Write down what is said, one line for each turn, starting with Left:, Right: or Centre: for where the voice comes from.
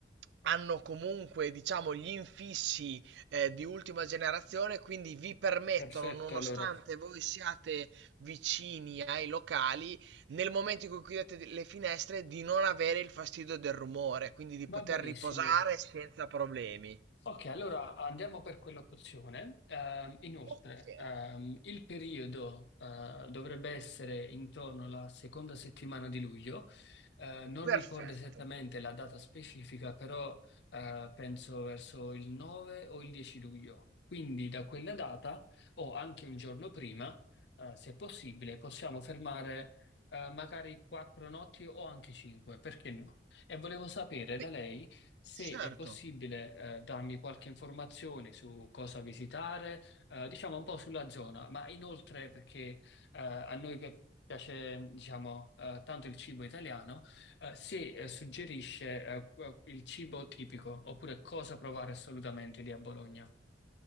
Right: hanno comunque, diciamo, gli infissi eh, di ultima generazione, quindi vi permettono,
Left: Perfetto,
Right: nonostante
Left: allora.
Right: voi siate vicini ai locali, nel momento in cui chiudete di- le finestre, di non avere il fastidio del rumore, quindi di poter
Left: Va benissimo.
Right: riposare senza problemi.
Left: Ok, allora andiamo per quell'opzione. Ehm, inoltre,
Right: Ok,
Left: ehm, il periodo eh, dovrebbe essere intorno alla seconda settimana di luglio. Eh, non
Right: perfetto.
Left: ricordo esattamente la data specifica, però eh, penso verso il 9 o il 10 luglio. Quindi da quella data o anche un giorno prima, eh, se possibile, possiamo fermare eh, magari quattro notti o anche cinque, perché no? E volevo sapere da
Right: Sì,
Left: lei se
Right: certo.
Left: è possibile, eh, darmi qualche informazione su cosa visitare, eh, diciamo un po' sulla zona, ma inoltre perché, eh, a noi pi- piace, diciamo, eh, tanto il cibo italiano, eh, se, eh, suggerisce, eh, qu- il cibo tipico oppure cosa provare assolutamente lì a Bologna.